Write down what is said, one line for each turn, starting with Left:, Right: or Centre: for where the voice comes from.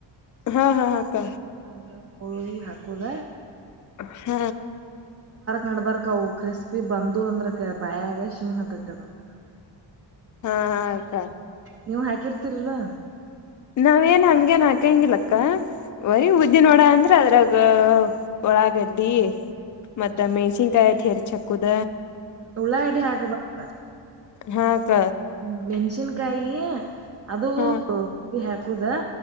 Left: ಹಾ ಹಾ ಅಕ್ಕ
Right: ಹಂಗ ಹೋಳಿ ಹಾಕೋದ.
Left: ಹ.
Right: ನಡಡ್ಬಾರಕ್ವು ಕ್ರಿಸ್ಪಿ ಬಂದು ಅಂದ್ರಕ ಬಾಯಾಗ ಶಿಂಗ್ ಹತ್ತತ್ತದ ಅಂತಾರ ಅವ.
Left: ಹ ಹ ಅಕ್ಕಾ.
Right: ನೀವು ಹಾಕಿರ್ತಿರ ಇಲ್ಲೋ.
Left: ನಾವ ಏನ್ ಹಂಗಗೆನ್ ಹಾಕಂಗಿಲ್ಲಕ್ಕ ವರಿ ಉದ್ದಿನ ವಡಾ ಅಂದ್ರ. ಅದ್ರಾಗ ಉಳಾಗಡ್ಡಿ ಮತ್ತ
Right: ಹ್ಮ್
Left: ಮೆಣ್ಸಿನ್ಕಾಯಿ ಅಟ್ ಹೆರಿಚಿ ಹಾಕೋದ.
Right: ಹ್ಮ್ ಉಳ್ಳಾಗಡ್ಡಿ ಹಾಕ್ ಬಕ್
Left: ಹಾ ಅಕ್ಕ
Right: ಹ್ಮ ಬೆೆಣ್ಸಿನ್ಕಾಯಿ ಅದು
Left: ಹಾ
Right: ರುಬ್ಬಿ ಹಾಕುದಾ.